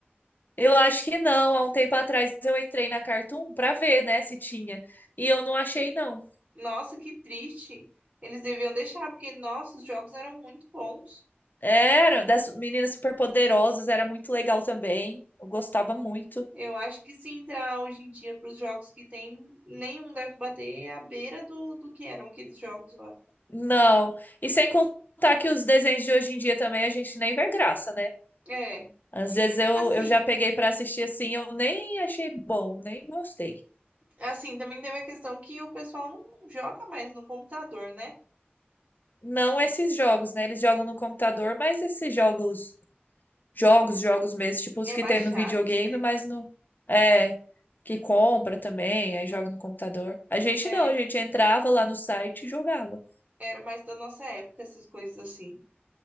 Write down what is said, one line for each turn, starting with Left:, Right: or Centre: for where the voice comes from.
Left: Eu acho que não. Há um tempo atrás eu entrei na Cartoon pra ver, né, se tinha. E eu não achei, não.
Right: Nossa, que triste. Eles deviam deixar, porque nossos jogos eram muito bons.
Left: Era das meninas superpoderosas, era muito legal também. Eu gostava muito.
Right: Eu acho que se entrar hoje em dia para os jogos que tem, nenhum deve bater à beira do, do que eram aqueles jogos lá.
Left: Não. E sem contar que os desenhos de hoje em dia também a gente nem vê graça, né?
Right: É,
Left: Às vezes eu,
Right: assim,
Left: eu já peguei pra assistir assim, eu nem achei bom, nem gostei.
Right: assim, também teve a questão que o pessoal não joga mais no computador, né?
Left: Não
Right: Isso
Left: esses jogos, né? Eles jogam no computador, mas esses jogos Jogos, jogos mesmo, tipo os
Right: é
Left: que
Right: baixados,
Left: tem no videogame,
Right: né?
Left: mas no. É, que compra também, aí joga no computador. A gente
Right: É,
Left: não, a gente entrava lá no site e jogava.
Right: era mais da nossa época essas coisas assim.